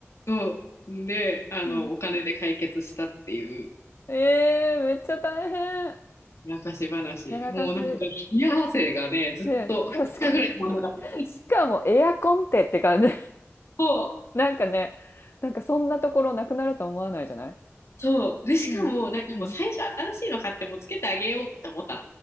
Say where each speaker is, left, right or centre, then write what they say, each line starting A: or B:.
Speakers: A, on the left; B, on the left.
A: そう。んで、あの、
B: うん。
A: お金で解決したっていう
B: ええめっちゃ大変。
A: 昔話。
B: やらかし。
A: もうなんか、冷や汗がね、ずっと2日ぐらい止まんなかった。
B: ね、確かに。しかもエアコンってって感じ。
A: そう、
B: なんかね、なんかそんなところなくなると思わないじゃない
A: そう。で、しかも、
B: うん。
A: なんかもう最初新しいの買ってもうつけてあげようと思った
B: うん。